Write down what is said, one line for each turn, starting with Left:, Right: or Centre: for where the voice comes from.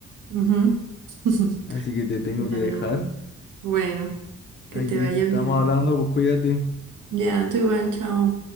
Right: ujú. <laughs>
Left: Así que te tengo
Right: Dale,
Left: que dejar.
Right: Bueno, Bueno, que
Left: Ahí
Right: te vaya
Left: estamos
Right: bien.
Left: hablando, pues cuídate.
Right: Ya, tú igual, chao.